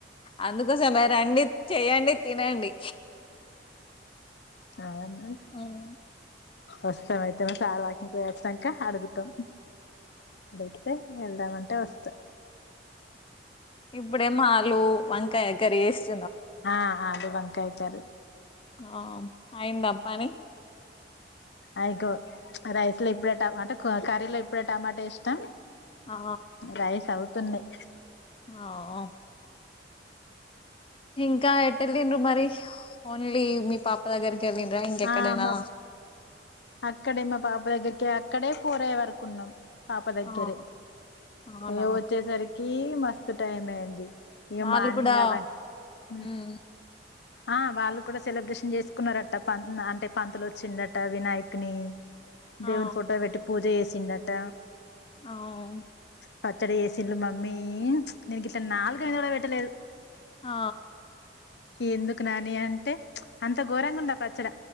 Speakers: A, on the left; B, on the left.
A: అందుకోసమే రండి చెయ్యడి తినండి
B: అను
A: ఉమ్.
B: వస్తాం అయితే మ సార్ వాకింగ్కి వచ్చాక అడుగుతాం అడితే ఎంత తావంటే వస్తా
A: ఇప్పుడే మాలు వంకాయ కర్రీ చేసి
B: ఆ ఆ అడు వంకాయ కర్రీ
A: ఆ అయింద పని
B: అయికో రైస్ లో ఇప్పుడే టమాటా కర్రీలో ఇప్పుడే టమాటా ఏసిన
A: ఆ
B: రైస్ హ ఉత తున్నాయ్
A: ఆవో ఇంకా ఎటు వెళ్ళిరు మరి ఓన్లీ మీ పాప దగ్గరికి వెళ్ళిరా ఇంకెక్కడైనా
B: ఆ మా అక్కడే మా పాప దగ్గరికి అక్కడే ఫోర్ అయ్యో వరకు ఉన్నాం పాప దగ్గరే
A: ఆ అవునా
B: ఇగ వచ్చేసరికి, కి మస్తు టైం అయింది ఇగా
A: వాళ్ళు
B: మార్నింగ్
A: కూడా
B: అవన్నీ హు
A: మ్మ్
B: ఆ వాళ్ళు కూడా సెలబ్రేషన్ చేసుకున్నారట ప అంటే పంతలు వచ్చిండట వినాయక్ కాని
A: ఆ
B: దేవుని ఫోటో పెట్టి పూజ చేసు వచ్చిండట
A: అవు
B: పచ్చడి చేసిల్లు మమ్మీ నేను గిట్ల నాలుక మీద కూడా పెట్టలేదు
A: ఆ
B: ఎందుకు నాని అంటే అంత ఘోరంగా ఉంది ఆ పచ్చడ